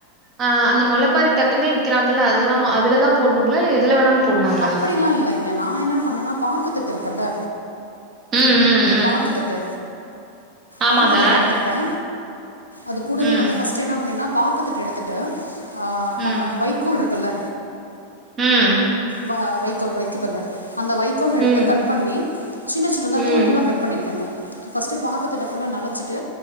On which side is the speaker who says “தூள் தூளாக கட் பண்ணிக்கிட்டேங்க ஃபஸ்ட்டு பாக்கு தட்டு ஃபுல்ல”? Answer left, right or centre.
Left